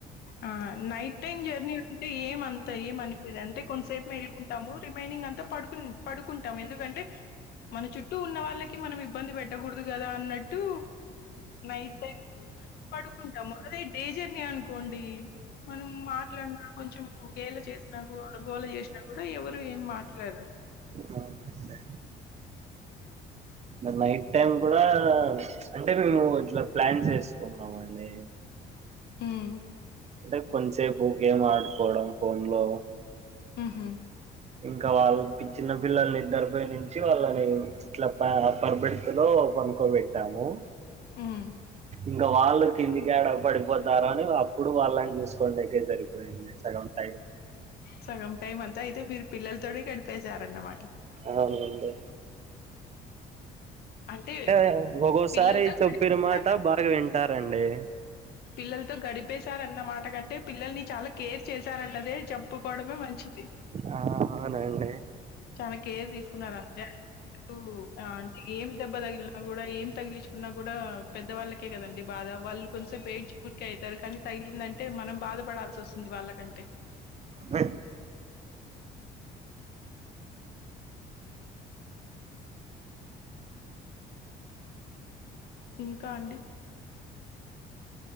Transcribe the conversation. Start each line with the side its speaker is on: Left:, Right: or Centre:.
Left: అ నైట్ టైమ్ జర్నీ అంటే ఏమంతా ఏమనిపిదు అంటే కొంతసేపు వెళ్ళుకుంటాము రిమైనింగ్ అంతా పడుకుం పడుకుంటాం ఎందుకంటే మన చుట్టూ ఉన్న వాళ్ళకి మనం ఇబ్బంది పెట్టకూడదు కదా అన్నట్టు నైట్ పడుకుంటాము అదే డేంజర్ ని అనుకోండి మనం మాట్లాడినా కొంచెం గేల చేసిన గోల చే టప్పుడు ఎవరు ఎం మాట్లాడరు
Right: అవును అండి నైట్ టైమ్ కూడా అంటే మేము ఇట్లా ప్లాన్ చేసుకున్నామండి
Left: మ్
Right: అంటే కొంతసేపు గేమ్ ఆడుకోవడం ఫోన్ లో
Left: మ్ హు
Right: ఇంకా వాళ్ళు చిన్న పిల్లల్ని ఇద్దరి పై నుంచి వాళ్ళని ఇట్లా పరబెడితలో పనుక్కోబెట్టాము
Left: హ్మ్.
Right: ఇంకా వాళ్ళు కిందికేడ పడిపోతారో అని అప్పుడు వాళ్ళని చూసుకోడికే సరిపో పోఇంది సగం టైం
Left: సగం టైమ్ అంతా అయితే మీరు పిల్లలతోనే గడిపేశారన్నమాట
Right: అవునండి
Left: అంటే
Right: అ ఒక్కోసారి
Left: పిల్లలతో
Right: చెప్పిన
Left: గడిపేసారన్
Right: మాట బాగా వింటారండి
Left: పిల్లలతో గడిపేశారు అన్నమాట కంటే పిల్లల్ని చాలా కేర్ చేశారన్నదే చెప్పుకోవడమే మంచిది
Right: ఆ అవునండి
Left: చాలా కేర్ తీసుకున్నారంతే ఉ అంటే ఏం దెబ్బ తగిలినా కూడా ఏం తగిలించుకున్నా కూడా పెద్దవాళ్ళకే కదండి బాధ వాళ్ళు కొంసేపు ఏడ్చి ఊర్కే అయితారు కానీ తగిలిందంటే మనం బాధపడాల్సి వస్తుంది వాళ్ళకంటే
Right: అ
Left: ఇంకా అండి